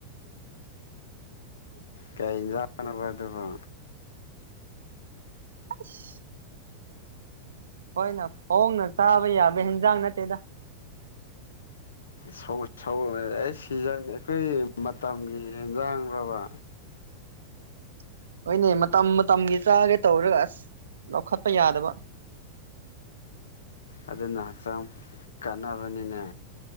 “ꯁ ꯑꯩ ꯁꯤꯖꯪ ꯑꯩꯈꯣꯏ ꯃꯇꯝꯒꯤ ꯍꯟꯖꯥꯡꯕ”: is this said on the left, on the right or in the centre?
Left